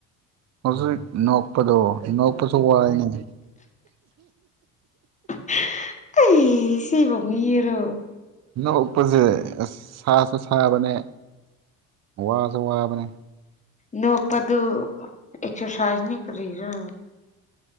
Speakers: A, on the right; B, on the left.
A: ꯍꯧꯖꯤꯛ ꯅꯣꯛꯄꯗꯣ ꯅꯣꯛꯄꯖꯨ ꯋꯥꯏꯅꯦ <unintelligible>
B: <unintelligible> ꯑꯩ ꯁꯤꯕꯣ ꯃꯤꯔꯣ
A: ꯅꯣꯛꯄꯖꯦ ꯑꯁ ꯁꯥꯁꯨ ꯁꯥꯕꯅꯦ ꯋꯥꯁꯨ ꯋꯥꯕꯅꯦ
B: ꯅꯣꯛꯄꯥꯗꯨ ꯑꯦꯛꯁꯔꯁꯥꯏꯖꯅꯦ ꯀꯔꯤꯔꯥ